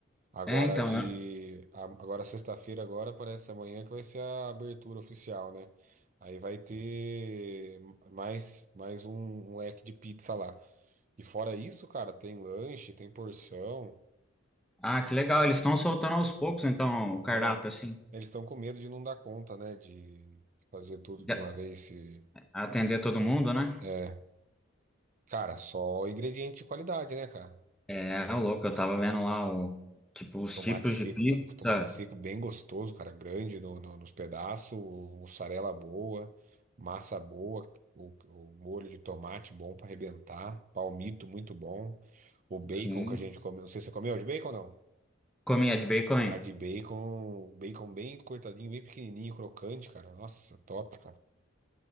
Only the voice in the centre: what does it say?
É, então,
eu-
ah, que legal, eles estão soltando aos poucos, então, o cardápio,
assim,
de-
atender todo mundo, né?
É, ô louco, eu tava vendo lá, o, tipo, os
tipos
de pizza,
assim,
comia de bacon, hein?